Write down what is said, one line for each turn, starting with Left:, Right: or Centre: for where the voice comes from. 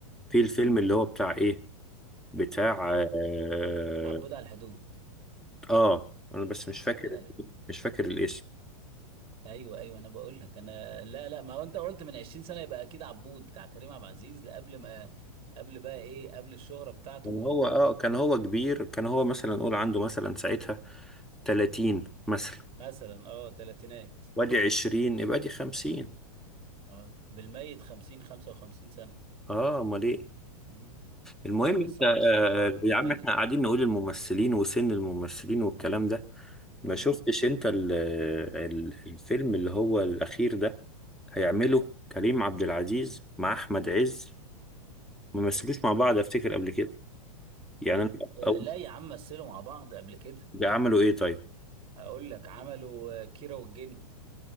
Centre: في الفيلم
Right: مم.
Centre: اللي هو بتاع ايه بتاع
Right: ع-
Centre: اه,
Right: عبود على الحدود
Centre: آه انا بس مش فاكر
Right: عبود على الحدود
Centre: مش فاكر الاسم
Right: ايوه ايوه انا بقول لك انا لا لا ما هو انت قلت من 20 سنة يبقى اكيد عبود بتاع كريم عبد العزيز قبل ما قبل بقى ايه قبل الشهرة بتاعته
Centre: كان هو اه كان هو كبير كان هو مثلا نقول عنده مثلا ساعتها 30 مثلا
Right: مثلا اه تلاتينات
Centre: وادي 20 يبقى دي 50
Right: اه بالميت 50 55 سنة
Centre: اه امال ايه
Right: مم.
Centre: المهم
Right: لا بس
Centre: انت
Right: ع...
Centre: آه
Right: عبقرية
Centre: يا عم احنا قاعدين نقول الممثلين وسن الممثلين والكلام ده ما شفتش
Right: مم.
Centre: انت ال ال الفيلم اللي هو الاخير ده هيعمله كريم عبد العزيز مع احمد عز ما مثلوش مع بعض افتكر قبل كده يعني
Right: لا
Centre: أنا-
Right: آه،
Centre: او
Right: لا يا عم مثلوا مع بعض قبل كده
Centre: عملوا ايه طيب
Right: اقول لك عملوا آه، كيرة والجن